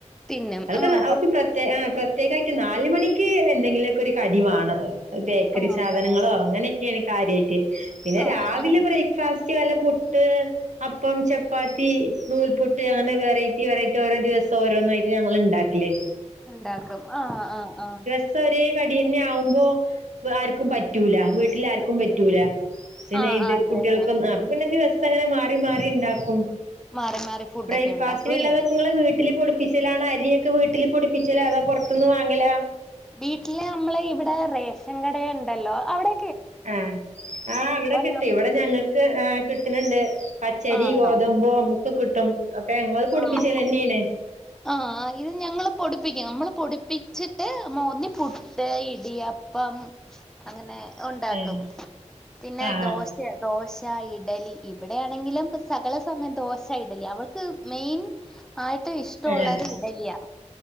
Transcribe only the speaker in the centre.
തിന്നും
ആഹ്
പ
ആഹ്
വേണം
ആഹ്
ആഹ്
ഇണ്ടാക്കും ആ ആഹ് ആഹ്
പറ്റും
ആഹ്
അതന്നെ
മാറി മാറി ഫുഡൊക്കെ
ഉണ്ടാക്കും
അല്ലേ
വീട്ടില് നമ്മള് ഇവടെ റേഷൻകടയൊണ്ടല്ലോ അവിടെ
നം
ആണോ
ആഹ് ആഹ് ഇത് ഞങ്ങള് പൊടിപ്പിക്കും നമ്മള് പൊടിപ്പിച്ചി ട്ട് മോന്നി പുട്ട്, ഇടിയപ്പം അങ്ങനെ ഉണ്ടാക്കും
പിന്നെ
ദോശ ദോശ, ഇഡലി ഇവിടെയാണെങ്കിലും സകല സമയം ദോശ ഇഡലി അവൾക്ക് മെയിൻ ആയിട്ട് ഇഷ്ടവുള്ളത്
ഇഡലിയാ